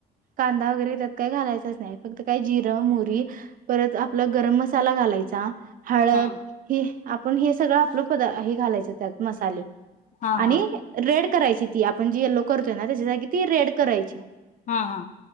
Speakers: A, on the right; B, on the left.
A: कांदा वगैरे त्या काही घालायचंच नाही फक्त काय जिरं मुरी परत आपलं गरम मसाला घालायचा हळद
B: हां,
A: ह आपण हे सगळं आपलं प हे घालायचं त्यात मसाले
B: हां, हां,
A: आणि रेड करायची ती आपण जी येल्लो करतोय ना त्याच्यासाठी ती रेड करायची
B: हा हा